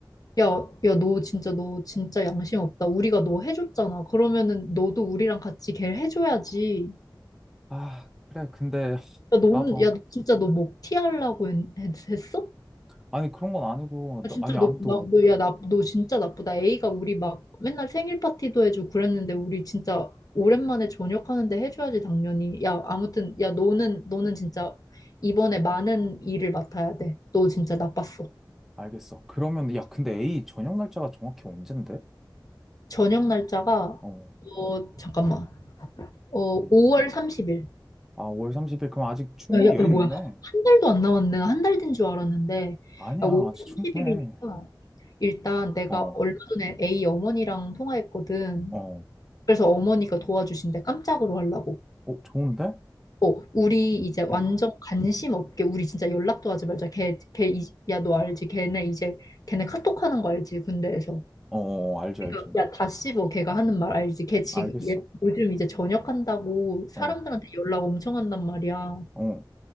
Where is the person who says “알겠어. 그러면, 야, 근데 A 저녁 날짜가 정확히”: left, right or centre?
Centre